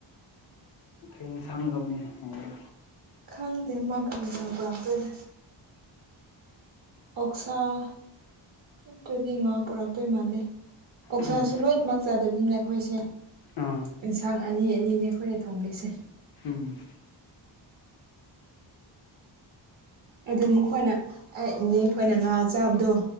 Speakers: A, on the left; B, on the right.
A: <unintelligible> ꯁꯥꯡ ꯂꯧꯅꯤ ꯍꯥꯏꯒꯦ
B: ꯈꯪꯗꯦ ꯃꯥ ꯀꯔꯤꯁꯥꯡ ꯄꯨꯔꯛꯇꯣꯏꯅꯣ ꯑꯣꯛꯁꯥ <unintelligible> ꯉꯥ ꯄꯨꯔꯛꯇꯣꯏ ꯃꯥꯟꯂꯦ ꯑꯣꯛꯁꯥꯁꯨ
A: ꯎꯝ
B: ꯂꯣꯏꯅꯃꯛ ꯆꯥꯗꯕꯅꯤꯅ ꯑꯩꯈꯣꯏꯁꯦ
A: ꯑꯥ
B: ꯑꯦꯟꯁꯥꯡ ꯑꯅꯤ ꯑꯅꯤꯅꯦ ꯑꯩꯈꯣꯏꯅ ꯊꯣꯡꯂꯤꯁꯦ
A: ꯎꯝ
B: ꯑꯗꯨ ꯃꯈꯣꯏꯅ ꯑꯩ ‌ꯅꯦ ꯈꯣꯏꯅ ꯉꯥ ꯆꯥꯕꯗꯨ